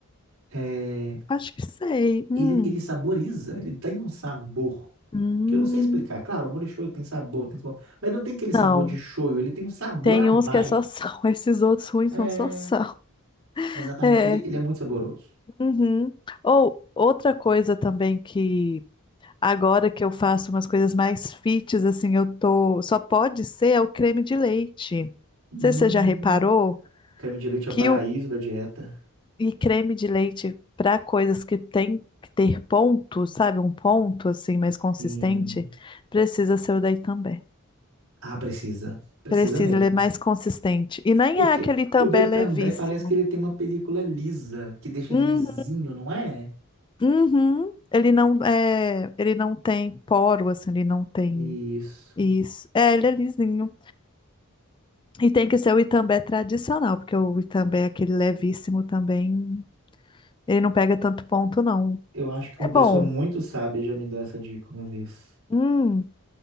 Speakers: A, on the right; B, on the left.
A: É,
B: acho que sei. Hum.
A: ele, ele saboriza, ele tem um sabor.
B: Hum,
A: Que eu não sei explicar. Claro, o molho shoyu tem sabor, tem sabor. Mas não tem aquele sabor
B: não.
A: de shoyu, ele tem um sabor
B: Tem
A: a mais.
B: uns que é só sal, <laughs> esses outros ruins
A: É,
B: são só sal.
A: exatamente,
B: É.
A: ele, ele é muito saboroso.
B: uhum. Ou outra coisa também que agora que eu faço umas coisas mais fits, assim, eu tô. Só pode ser é o creme de leite. Não
A: Hum,
B: sei se você já reparou
A: creme de leite é
B: que
A: o paraíso
B: o
A: da dieta.
B: e creme de leite para coisas que tem que ter ponto, sabe? Um ponto assim mais consistente,
A: Sim.
B: precisa ser o daí também.
A: Ah, precisa. Precisa
B: Precisa,
A: mesmo.
B: ele é mais consistente. E nem
A: Porque
B: é aquele também
A: o Dei também
B: levíssimo.
A: parece que ele tem uma película lisa, que deixa
B: Uhum,
A: ele lisinho, não é?
B: uhum. Ele não é, ele não tem poro, assim, ele não tem
A: Isso.
B: isso. É, ele é lisinho. E tem que ser o Itambé tradicional, porque o Itambé, é aquele levíssimo também, ele não pega tanto ponto, não.
A: Eu acho que
B: É
A: uma
B: bom.
A: pessoa muito sábia já me deu essa dica uma vez.
B: Hum,